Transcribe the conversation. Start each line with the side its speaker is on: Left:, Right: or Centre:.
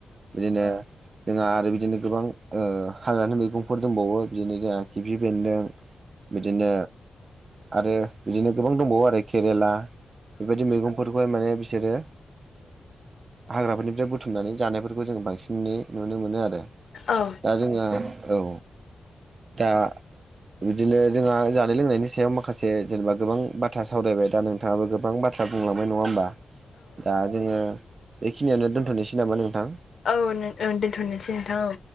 Right: बिदिनो जोंहा आरो बिदिनो गोबां हाग्रानि मैगंफोर दंबावो बिदिनो जोंहा खिफि बेन्दों, बिदिनो आरो बिदिनो गोबां दंबावो आरो केरेला, बेबायदि मैगंफोरखौहाय माने बिसोरो हाग्राफोरनि फ्राय बुथुमनानै जानायफोरखौ जोंङो बांसिनै नुनो मोनो आरो
Left: औ
Right: दा जोंहा औ दा बिदिनो जोंहा जानाय लोंनायनि सायाव माखासे जेनेबा गोबां बाथ्रा सावरायबाय दा नों नोंथाङाबो गोबां बाथ्रा बुंलांबाय नङा होमबा दा जोङो बेखिनियानो दोनथ'नोसै नामा नोंथां?
Left: औ औ दोन्थ'नोसै नोंथां औ